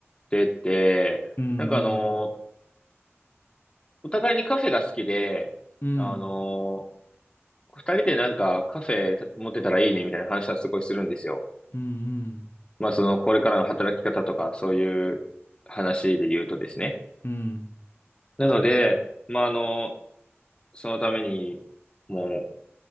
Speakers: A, on the left; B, on the left.
A: てて、
B: うんう
A: なんかあの、
B: ん。
A: お互いにカフェが好きで、
B: うん
A: あの、二人でなんかカフェ持ってたらいいねみたいな話はすごいするんですよ。
B: うん
A: まあそのこれからの働き方とかそういう話で言うとですね。
B: うん
A: なので、まああの、そのために、もう、